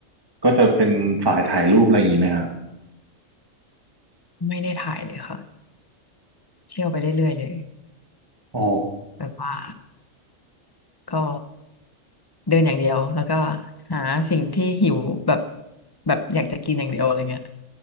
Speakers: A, on the right; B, on the left.
A: ก็จะเป็นสายถ่ายรูปอะไรอย่างนี้ไหมฮะ
B: ไม่ได้ถ่ายเลยค่ะ เที่ยวไปเรื่อยๆเลย
A: อ๋อ
B: แบบว่าก็เดินอย่างเดียวแล้วก็หาสิ่งที่หิวแบบแบบอยากจะกินอย่างเดียวอะไรเงี้ย